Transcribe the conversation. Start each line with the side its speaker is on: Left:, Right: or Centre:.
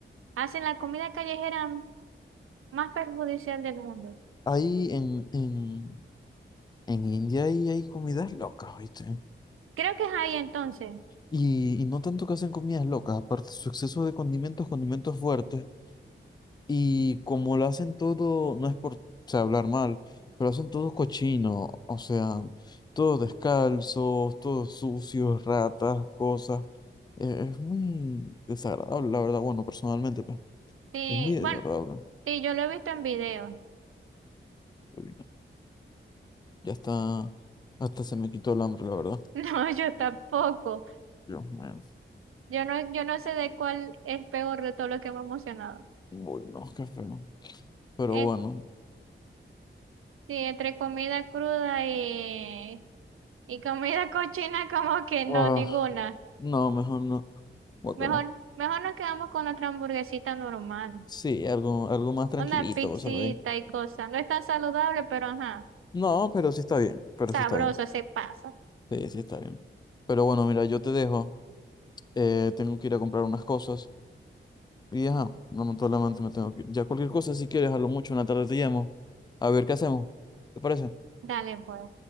Right: hacen la comida callejera más perjudicial del mundo.
Left: Ahí en, en, en India ahí hay comidas locas, ¿viste?
Right: Creo que es ahí entonces.
Left: Y, y no tanto que hacen comidas locas, aparte su exceso de condimentos, condimentos fuertes. Y como lo hacen todo, no es por, o sea, hablar mal, pero hacen todo cochino, o sea, todos descalzos, todos sucios, ratas, cosas. Eh, es muy desagradable, la verdad, bueno, personalmente, pues,
Right: Sí,
Left: es muy desagradable.
Right: bueno, sí, yo lo he visto en video. <laughs>
Left: Uy, no, Ya está, hasta se me quitó el hambre, la verdad.
Right: No, yo tampoco.
Left: Dios mío,
Right: Yo no, yo no sé de cuál es peor de todo lo que hemos mencionado.
Left: uy, no, qué feo. Pero
Right: Eh,
Left: bueno,
Right: sí, entre comida cruda y, y comida <laughs> cochina, como que no,
Left: ah,
Right: ninguna.
Left: no, mejor no. Guácala.
Right: Mejor, mejor nos quedamos con nuestra hamburguesita normal.
Left: Sí, algo, algo más tranquilito,
Right: Una pixita
Left: ¿sabes?
Right: y cosa. No es tan saludable, pero ajá.
Left: no, pero sí está bien, pero
Right: Sabroso,
Left: sí está bien.
Right: se pasa.
Left: Sí, sí, está bien. Pero bueno, mira, yo te dejo. Eh, tengo que ir a comprar unas cosas. Y ajá, lamentablemente me tengo que ir. Ya cualquier cosa, si quieres, a lo mucho en la tarde te llamo. A ver qué hacemos. ¿Te parece?
Right: Dale, pues.